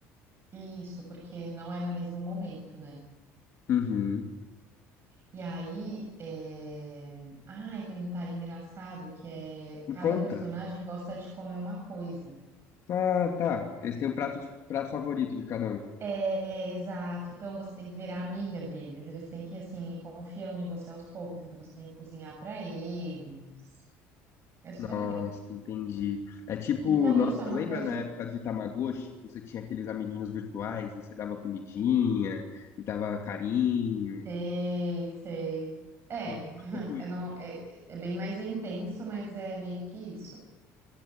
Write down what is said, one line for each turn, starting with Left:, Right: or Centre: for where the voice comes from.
Right: Isso, porque não é no mesmo momento, né?
Left: Uhum.
Right: E aí, é... ah, e tem um detalhe engraçado que é
Left: Me
Right: cada
Left: conta.
Right: personagem gosta de comer uma coisa.
Left: Ah, tá. Eles têm o prato de prato favorito de cada um.
Right: É, é, exato. Então você tem que virar amiga deles. Eles têm que assim ir confiando em você aos poucos. Então você tem que cozinhar pra eles. É super
Left: Nossa,
Right: legal.
Left: entendi. É tipo,
Right: Então,
Left: nossa,
Right: isso é uma
Left: lembra
Right: coisa
Left: na época
Right: que.
Left: de Tamagotchi, que você tinha aqueles amiguinhos virtuais e você dava comidinha, dava carinho?
Right: Sei, sei. É,
Left: Me lembra
Right: <laughs>
Left: um pouco isso.
Right: eu não, é, é bem mais intenso, mas é meio que isso.